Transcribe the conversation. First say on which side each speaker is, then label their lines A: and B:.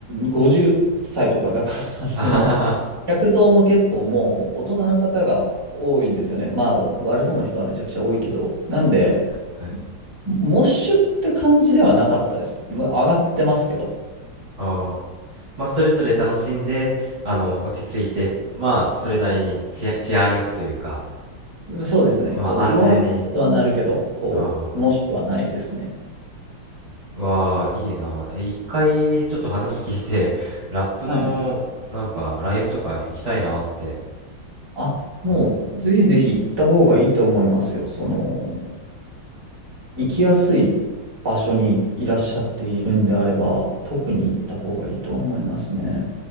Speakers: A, on the right (about 25°); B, on the right (about 50°).
A: 50歳とかだから <laughs> その、
B: あははは。
A: 客層も結構もう大人の方が多いんですよね。まあ、悪そうな人はめちゃくちゃ多いけど、なんで、
B: <laughs> はい。
A: モッシュって感じではなかったです。上がってますけど。
B: あーまあ、それぞれ楽しんで、あの、落ち着いて、まあ、それなりに治、治安よくというか、
A: うんそうですね。
B: まあ、
A: こう、
B: 安全に、
A: うわーっとはなるけど、こう、
B: あ
A: もしくはないですね。
B: あ、わあ、いいな。え一回、ちょっと話聞いて、ラップの、
A: はい。
B: なんか、ライブとか行きたいなって。
A: あ、もう、
B: はい
A: ぜひぜひ行った方がいいと思いますよ。その、行きやすい場所にいらっしゃっているんであれば、特に行った方がいいとは思いますね。